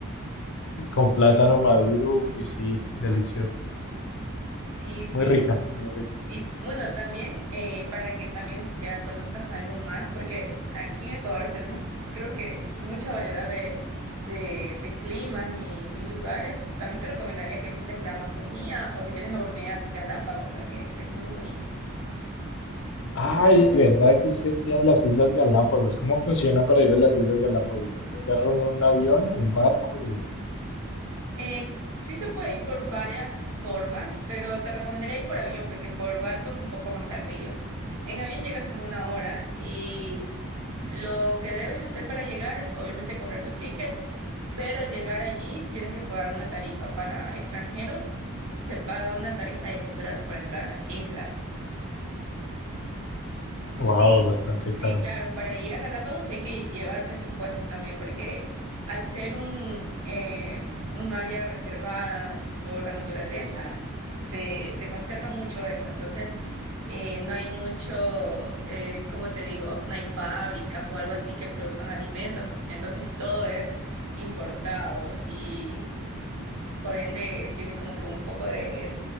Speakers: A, on the left (about 55°); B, on the right (about 80°).
A: Con plátano maduro, uy, sí, delicioso.
B: sí, sí.
A: Muy rica, muy rica.
B: Y bueno, también eh, para que también ya conozcas algo más, porque aquí en Ecuador tenemos creo que mucha variedad de, de, de climas y, y lugares. También te recomendaría que visites la Amazonía o si tienes la oportunidad Galápagos también, que es muy bonito.
A: Ay, ¿verdad que usted decía en las Islas Galápagos? ¿Cómo funciona para ir a las Islas Galápagos? ¿Agarra uno un avión un barco?
B: Eh, sí se puede ir por varias formas, pero te recomendaría ir por avión porque por barco es un poco más tardío. En avión llegas en una hora y lo que debes hacer para llegar es obviamente comprar tu ticket pero al llegar allí tienes que pagar una tarifa para extranjeros, se paga una tarifa de 100 dólares por entrar a las islas.
A: Wow,
B: Sí,
A: bastante
B: sí,
A: caro.
B: claro, para ir a Galápagos hay que llevar presupuesto también, porque al ser un, eh, un área reservada por la naturaleza, se, se conserva mucho eso, entonces eh, no hay mucho, eh, ¿cómo te digo? No hay fábricas o algo así que produzcan alimentos, entonces todo es importado y Por ende, tiene como que un poco de,